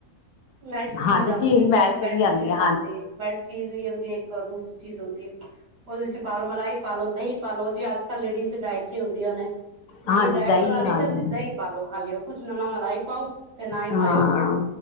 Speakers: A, on the right (about 85°); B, on the left (about 80°).
A: ਮੈਲਟ ਚੀਜ਼
B: ਹਾਂਜੀ
A: ਆਂਦੀ ਇੱਕ
B: ਮੈਲਟ
A: ਮਿਲਟ
B: ਵੀ ਆਉਂਦੀ
A: ਚੀਜ਼
B: ਹੈ
A: ਹਾਂਜੀ ਇੱਕ ਮਿਲਟ ਚੀਜ਼ ਵੀ ਆਂਦੀ ਇੱਕ ਦੂਸਰੀ ਚੀਜ਼ ਹੁੰਦੀ ਏ ਉਹਦੇ ਵਿੱਚ ਪਾਲੋ ਮਲਾਈ ਪਾਲੋ ਦਂਈ ਪਾਲੋ ਜੇ ਅੱਜ ਕੱਲ ਲੇਡੀਜ਼ ਡਾਇਟ ਚ ਹੀ ਹੁੰਦ ਵਧੀਆ ਨੇੇ ਜਿਵੇਂ
B: ਹਾਂਜੀ
A: ਡਾਇਟ
B: ਦਹੀਂ
A: ਬਨਾਨੀ
B: ਹਾਂਜੀ
A: ਤਾਂ ਤੁਸੀਂ ਦਹੀਂ ਪਾਲੋ ਖਾਲੀ ਊ ਕੁਛ ਨਾ ਨਾ ਮਲਾਈ ਪਾਔ ਤੇ ਨਾ ਈ
B: ਹਾਂ
A: ਮਾਯੋ ਪਾਨ